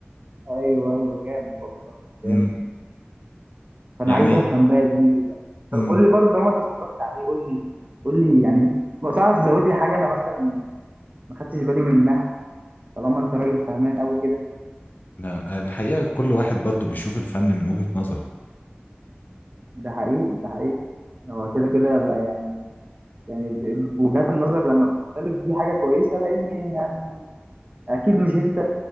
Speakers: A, on the right; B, on the left.
A: ايوه ايوه جامد والله جامد
B: امم
A: فانا
B: يعني
A: عايز افهم بقى يا زميلي
B: امم
A: قول لي برضه طالما انت اتفرجت عليه قول لي قول لي يعني لو تعرف تزود لي حاجه انا مثلا ما خدتش بالي منها طالما انت راجل فهمان قوي كده
B: لا الحقيقه كل واحد برضو بيشوف الفن من وجهة نظره
A: ده حقيقي ده حقيقي هو كده كده لا يعني يعني وجهات النظر لما بتختلف دي حاجه كويسه لان يعني اكيد مش انت